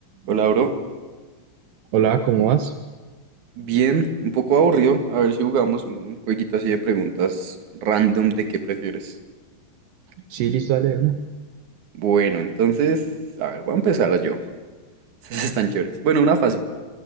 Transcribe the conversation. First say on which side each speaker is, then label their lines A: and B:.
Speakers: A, on the right; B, on the right.
A: Hola, bro.
B: Hola, ¿cómo vas?
A: Bien, un poco aburrido. A ver si jugamos un jueguito así de preguntas random de qué prefieres.
B: Sí, listo, dale de una.
A: Bueno, entonces, a ver, voy a empezar yo. <laughs> Estas están chéveres. Bueno, una fácil.